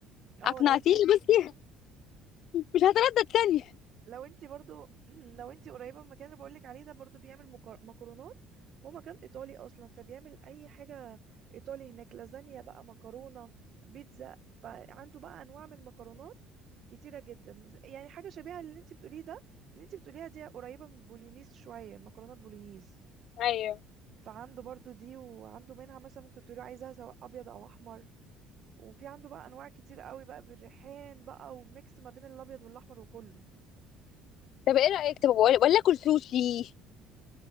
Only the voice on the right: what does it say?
اه
لو انت <laughs>
لو انت برضو <clears throat> لو انت قريبه من المكان اللي بقولك عليه ده برضو بيعمل مكر- مكرونات هو مكان ايطالي اصلا فبيعمل اي حاجه ايطالي هناك لازانيا بقى مكرونه بيتزا فعنده بقى انواع من المكرونات كتيره جدا ز- يعني حاجه شبيهه للي انت بتقوليه ده اللي انت بتقوليها دي قريبه من بولينيز شويه المكرونه بولينيز
فعنده برضو دي وعنده منها مثلا ممكن تقولي عايزها سواء ابيض او احمر وفي عنده بقى انواع كتير قوي بقى بالريحان بقى وميكس ما بين الابيض والاحمر وكله